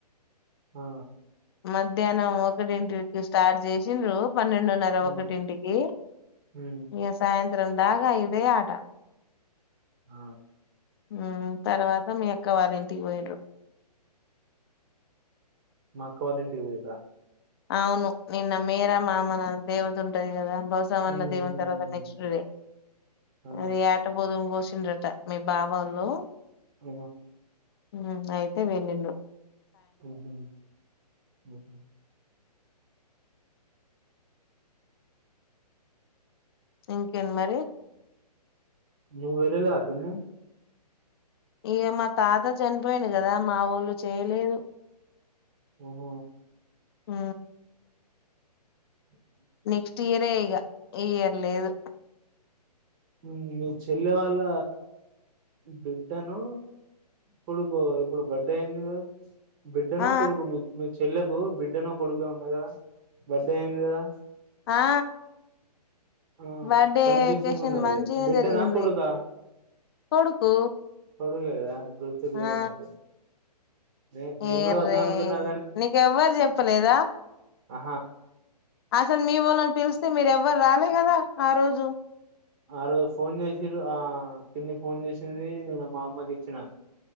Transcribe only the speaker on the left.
మధ్యాహ్నం ఒకటింటికి స్టార్ట్ చేసి చేసిండ్రు జి పన్నెండున్నర ఒకటింటికి
ఇగ సాయంత్రం ద్రందాగాయిద ఆట
మ్ తర్వాత మీ ఎక్క వాళ్ళు ఇంటికి పోయిండ్రు
అవును నిన్న మేర మామన దేవత ఉంటాయి కదా బసవన్న
దేవుని తర్వాత నెక్స్ట్ ది
అది యాటబోదుని కోసి చిండట మీ బావళ్ళు
ఉ అయితే వెళ్ళిండు.
ఇంకేం మరి
ఇగ మా తాత చనిపోయిండు కదా మా వోళ్ళు చేయలేదు.
ఉ
నెక్స్ట్ ఇయరే ఇగ ఈ ఇయర్ లేదు.
ఆ
ఆ
బర్త్డే
వెకేషన్
మంచిగా
జరిగింది.
కొడుకు
ఆ
ఎర్రే
నీకెవ్వరు చెప్పలేదా.
అస్సలు మీ వోళ్ళని పిలిస్తే మీరు ఎవ్వరు రాలే గదా ఆ రోజు.